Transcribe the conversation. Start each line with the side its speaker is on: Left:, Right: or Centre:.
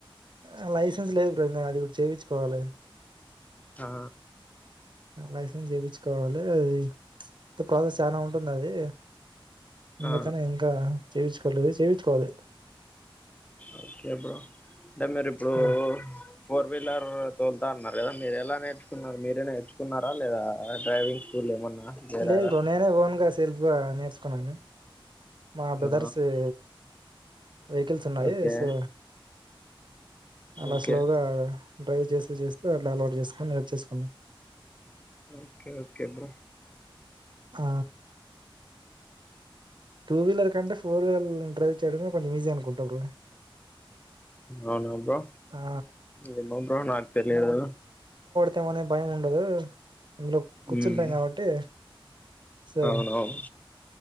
Right: ఆ లైసెన్స్ లేదు బ్రో ఇంగా అది చేపించుకోవాలి
Left: ఆ
Right: లైసెన్స్ చేపించుకోవాలి. అది ప్రాసెస్ చాలా ఉంటుంది. అది అందుకనే
Left: ఆ
Right: ఇంకా చేవించుకోలేదు చేవించుకోవాలి
Left: ఒకే బ్రో అంటే మీరిప్పుడు
Right: అలా
Left: ఫోర్ వీలర్ తోలుతా అన్నారు కదా మీరు ఎలా నేర్చుకున్నారు, మీరే నేర్చుకున్నారా. లేదా డ్రైవింగ్ స్కూల్ ఏమన్నా చేరారా
Right: లేదు బ్రో నేనే ఓన్ గా ఏస్ తేల్ఫ్ గా నేర్చుకున్నాను మా బ్రదర్స్
Left: ఆ
Right: యే వెహికల్స్ ఉన్నాయి
Left: ఓకే
Right: సో అలా
Left: ఓకే
Right: స్లోగా డ్రైవ్ చేస్ చేస్తే అట్లా అలవాటు చేసుకోని నేర్చేసుకున్న
Left: ఓకే ఓకే బ్రో
Right: ఆ టూ వీల్లర్ కంటే ఫోర్ వీల్ డ్రైవ్ చేయడమే కొంచెం ఈజీ అనుకుంటా. బ్రో
Left: అవునా బ్రో
Right: ఆ
Left: ఏమో బ్రో నాకు తెలియదు
Right: తాం అనే భయం ఉండదు. అందులో కూర్చుంటాం
Left: ఉమ్
Right: కాబట్టి సో
Left: అవునవును